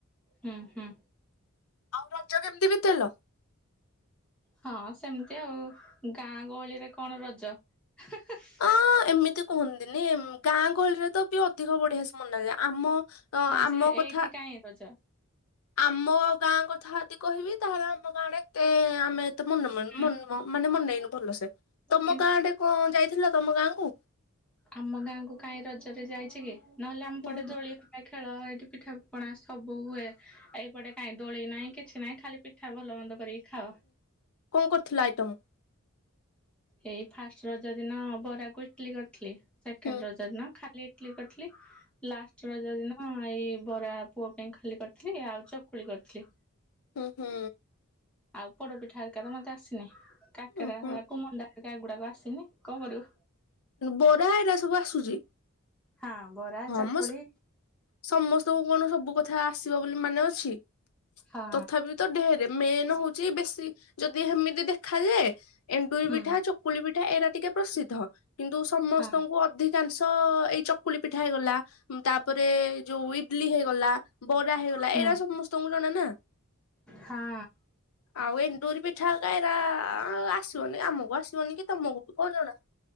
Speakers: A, in the centre; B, on the left (about 80°).
A: ହୁଁ ହୁଁ।
B: ଆଉ ରଜ କେମିତି ବିତେଇଲ?
A: ହଁ ସେମିତି ଆଉ ଗାଁ ଗହଳିରେ କଣ ରଜ? ହିଁ ହିଁ। <inaudible>
B: ଅଁ ଏମିତି କୁହନ୍ତିନି ଗାଁ ଗହଳିରେ ତ ବି ଅଧିକ ବଢ଼ିଆ ସେ ମନ ଲାଗେ ଆମ ତ
A: ହଁ
B: ଆମ
A: ଯେ
B: କଥା
A: ଏଇଠି କାହିଁ ରଜ
B: ଆମ ଗାଁ କଥା ଯଦି କହିବି ତାହେଲେ ଆମ ଗାଁରେ ଏତେ ଆମେ ଏତେ ମନ
A: ହୁଁ
B: ମାନେ ମନେଇନୁ ଭଲସେ ତମ
A: କିନ୍ତୁ
B: ଗାଁ ଆଡ଼େ କଣ ଯାଇଥିଲ ତମ ଗାଁ କୁ?
A: ଆମ ଗାଁକୁୁ କାଇଁ ରଜରେ ଯାଇଛି କି ନହେଲେ ଆମ
B: ହୁଁ
A: ପଟେ ଦୋଳି ଏ ଖେଳ ଏଇଠି ପିଠା ପଣା ସବୁ ହୁଏ। ଏଇପଟେ କାଇଁ ଦୋଳି ନାହିଁ କିଛି ନାହିଁ ଖାଲି ପିଠା ଭଲ ମନ୍ଦ କରିକି ଖାଅ।
B: କଣ କରୁଥିଲ ଆଇଟମ?
A: ଏଇ ଫାଷ୍ଟ ରଜ ଦିନ ବରାକୁ ଇଟଲି କରିଥିଲି ସେକେଣ୍ଡ
B: ହୁଁ
A: ରଜ ଦିନ ଖା ଲି ଇଟଲି କରିଥିଲି ଲାଷ୍ଟ ରଜା ଦିନ ହଁ ଏଇ ବରା ପୁଅ ପାଇଁ ଖାଲି କରିଥିଲି ଆଉ ଚକୁଳି କରିଥିଲି।
B: ହୁଁ ହୁଁ।
A: ଆଉ ପୋଡପିଠା ହରିକା ତ ମତେ ଆସିନି କାକରା
B: ହୁଁ
A: କୁ ମଣ୍ଡା ପିଠା ଗୁଡ଼ାକୁ ଆସିନି କଣ କରିବୁ?
B: ବରା ଏରା ସବୁ ଆସୁଛି।
A: ହଁ ବରା
B: ହଁ
A: ଚକୁଳି
B: ମ ସମସ୍ତଙ୍କୁ କଣ ସବୁ କଥା ଆସିବ ବୋଲି ମାନେ ଅଛି
A: ହଁ
B: ତଥାବି ତ ଢେରେ ମେନ୍ ହଉଚ ବେଶୀ ଯଦି ଏମିତି ଦେଖାଯାଏ ଏଣ୍ଡୁରି
A: ହୁଁ
B: ପିଠା, ଚକୁଳି ପିଠା ଏଇରା ଟିକେ ପ୍ରସିଦ୍ଧ କିନ୍ତୁ ସମସ୍ତଙ୍କୁ
A: ହଁ
B: ଅଧିକ ଅଧିକାଂଶ ଏଇ ଚକୁଳି ପିଠା ହେଇଗଲା, ତାପରେ ଯୋଉ ଇଡଲି ହେଇଗଲା। ବରା ହେଇଗଲା
A: ହୁଁ
B: ଏଇରା ସମସ୍ତଙ୍କୁ ଜଣା ନା।
A: ହଁ
B: ଆଉ ଏଣ୍ଡୁରି ପିଠା <unintelligible> ଆସିବନି ଆମକୁ ଆସିବନି କି ତମକୁ ବି କଣ ଜଣା।